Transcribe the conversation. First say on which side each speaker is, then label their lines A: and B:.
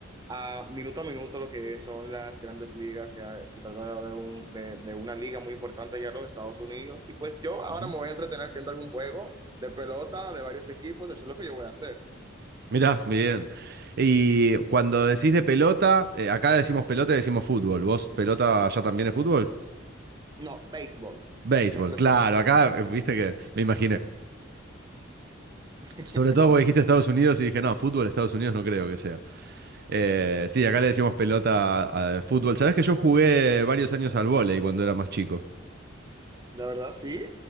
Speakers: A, on the right; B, on the right.
A: a minuto a minuto lo que son las grandes ligas, que se trata de, un, de, de una liga muy importante ya en los Estados Unidos, y pues yo ahora
B: Ujú.
A: me voy a entretener viendo algún juego de pelota de varios equipos, eso es lo que yo voy a hacer.
B: Mirá, bien. Y cuando decís de pelota, eh, acá decimos pelota y decimos fútbol. ¿Vos pelota allá también es fútbol?
A: No, béisbol
B: Béisbol,
A: en específico.
B: claro, acá eh,
A: Ujú.
B: viste que me imaginé.
A: <laughs>
B: Sobre todo porque dijiste Estados Unidos y dije, no, fútbol Estados Unidos no creo que sea. Eh, sí, acá le decimos pelota a- al fútbol. Sabés que yo jugué varios años al vóley cuando era más chico.
A: La verdad, sí.